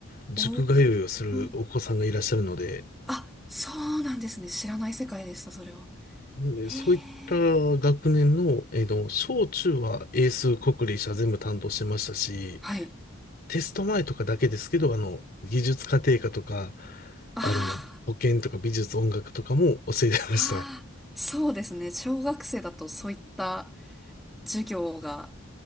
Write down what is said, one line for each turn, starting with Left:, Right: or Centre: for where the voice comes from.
Left: 塾通いをするお子さんがいらっしゃるので、
Centre: おー、あ、そうなんですね。知らない世界でした、それは。
Left: なので、
Centre: へー、
Left: そういった学年の、えっ小中は英数、国理社全部担当してましたし、
Centre: はい。
Left: テスト前とかだけですけど、あの、技術家庭科とか、
Centre: あ
Left: あの、保健とか美術音楽とかも教えてました。
Centre: ー、あー、そうですね。小学生だとそういった授業が